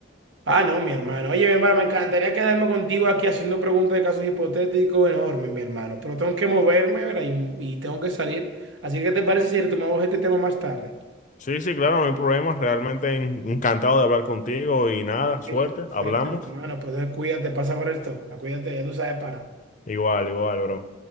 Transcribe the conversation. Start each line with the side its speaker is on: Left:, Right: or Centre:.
Right: Ah, no, mi hermano. Oye, mi hermano, me encantaría quedarme contigo aquí haciendo preguntas de casos hipotéticos enormes, mi hermano. Pero tengo que moverme, ¿verdad? Y, y tengo que salir. Así que, te parece si retomamos este tema más tarde?
Left: Sí, sí, claro, no hay problema. Realmente en- encantado de hablar contigo y nada,
Right: Perfecto,
Left: suerte.
Right: perfecto,
Left: Hablamos.
Right: hermano. Pues entonces, cuídate, pasa por esto. Acuídate, ya tú sabes, para.
Left: Igual, igual, bro.